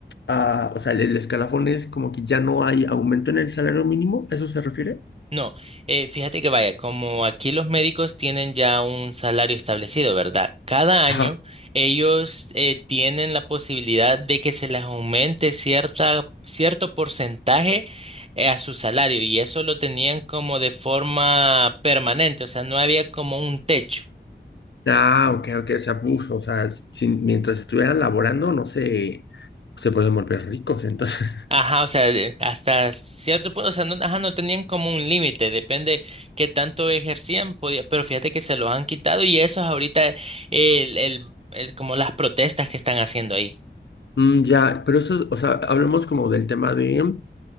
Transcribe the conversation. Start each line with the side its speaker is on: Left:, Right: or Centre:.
Left: a, o sea, el, el escalafón es como que ya no hay aumento en el salario mínimo, ¿a eso se refiere?
Right: No, eh, fíjate que vaya, como aquí los médicos tienen ya un salario establecido, ¿verdad? Cada
Left: Ajá.
Right: año ellos eh, tienen la posibilidad de que se les aumente cierta, cierto porcentaje eh, a su salario y eso lo tenían como de forma permanente, o sea, no había como un techo.
Left: Ah, ok, ok, o sea, uf, o sea, sin- mientras estuvieran laborando, no sé, se pueden volver ricos, entonces. <laughs>
Right: Ajá, o sea, de- hasta cierto punto, o sea, no, ajá, no tenían como un límite, depende qué tanto ejercían, podía, pero fíjate que se lo han quitado y eso es ahorita el, el, el- como las protestas que están haciendo ahí.
Left: Mm, ya, pero eso, o sea, hablemos como del tema de